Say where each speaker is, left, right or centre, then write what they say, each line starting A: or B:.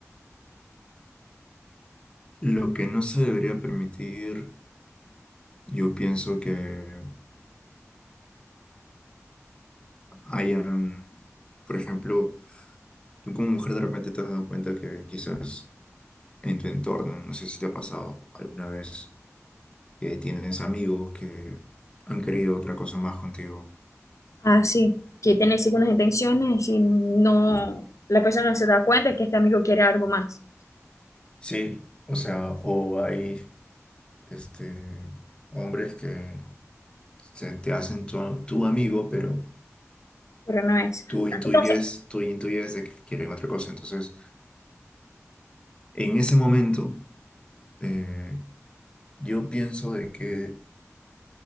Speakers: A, on the left; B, on the left.
A: lo que no se debería permitir, yo pienso que hayan, por ejemplo, tú como mujer de repente te has dado cuenta que quizás en tu entorno, no sé si te ha pasado alguna vez, que tienes amigos que han querido otra cosa más contigo.
B: ah, sí, que tiene segundas intenciones y no, la persona no se da cuenta que este amigo quiere algo más,
A: Sí, o sea, o hay este, hombres que se te hacen tu, tu amigo, pero
B: pero no es.
A: tú intuyes,
B: Entonces,
A: tú intuyes de que quieren otra cosa. Entonces, en ese momento, eh, yo pienso de que